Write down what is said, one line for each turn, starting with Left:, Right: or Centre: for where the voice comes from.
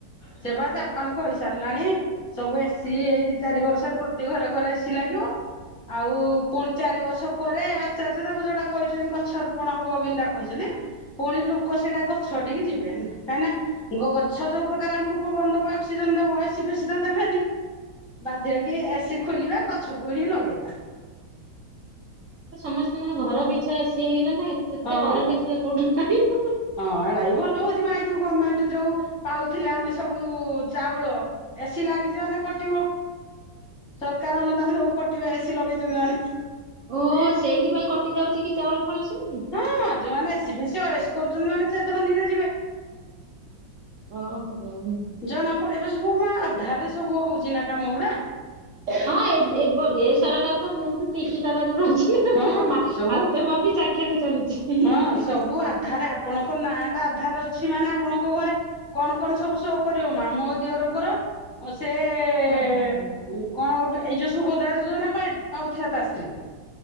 Centre: ସେ ପା ଜାପାନ କହିସାରିଲାଣି ସବୁ ଏସିି ଏଇ ଦି ଚାରି ବର୍ଷରେ ପ୍ରତି ଘରେ ଘରେ ଏସି ଲାଗିବ। ଆଉ ପୁଣି ଚାରି ବର୍ଷ ପରେ ଆଚାର୍ଯ୍ୟ ଦେବ ଯୋଉଟା କହିଛନ୍ତି ଗଛ ରୋପଣ ହବ ବିନ୍ଦା କହିଛନ୍ତି ପୁଣି ଲୋକ ସେଇଟା ଗଛ ଠିକି ଯିବେ। କାହିଁକି ନା ଗଛ ଯେଉଁ ପ୍ରକାର ଆମକୁ ପବନ ଦେବ ଅକ୍ସିଜେନ ଦେବ ଏସି ଫେସି ତ ଦେବେନି। ବାଧ୍ୟହେଇକି ଏସିି ଖୋଲିବା, ଗଛକୁ ହିଁ ଲଗେଇବା।
Right: ସମସ୍ତେ ମାନେ ଘର ପିଛା ଏସି ହେଇଗଲା ନା ଏତେ
Centre: ହଁ।
Right: କରେଣ୍ଟ ସେ କୋଉଠି ଆଣିବ?
Centre: ହଁ ଏଟା ବି ଭଲ ହଉଛି ଭାଇ ଯୋଉ ଗମେଣ୍ଟ ଯୋଉ ପାଉଥିଲେ ଆମେ ସବୁ ଉ ଚାଉଳ ଏସିି ଲାଗିଛି ମାନେ କଟିବ। ସରକାର ଅନୁଦାନ ସବୁ କଟିବେ ଏସି ଲଗେଇଛନ୍ତି ମାନେ।
Right: ଓ
Centre: ହିଁ
Right: ସେଇଥିପାଇଁ କଟି ଯାଉଛି କି ଚାଉଳ ଫାଉଳ ସବୁ।
Centre: ହଁ ଯୋଉମାନେ ଏସି ଫେସୀ ଅୟସ କରୁଛନ୍ତି ମାନେ ସେ ଧନୀରେ ଯିବେ।
Right: ଓହୋ।
Centre: ଜଣା ପଡେ ଏବେ ସବୁ ମା ଆଧାରରେ ସବୁ ହଉଚି ନା କାମ ଗୁଡା।
Right: ହଁ ଏ ବ ଏ ସରକାର ତ ବହୁ କ୍ରିଟିକାଲ ରେ ରହିଛି। ହି ହି
Centre: ହଁ
Right: ପୁରା ମା
Centre: ସବୁ
Right: ହାତ ମାପି ଚାଖଣ୍ଡେ ଚାଲୁଚି ହି
Centre: ହଁ
Right: ହି।
Centre: ସବୁ ଆଧାରରେ ଆପଣଙ୍କ ନାଁ ଟା ଆଧାରରେ ଅଛି ମାନେ ଆପଣଙ୍କ ଘରେ କଣ କଣ ସବୁ ସୋ କରିବ ମା ମୋ ଦିଅରଙ୍କର ଓ ସେ ଏ
Right: ଓହୋ
Centre: କଣ ଗୋଟେ ଏଇ ଯୋଉ ସୁୁଭଦ୍ରା ଯୋଜନା ପାଉଥିଲା ତା ସ୍ତ୍ରୀ।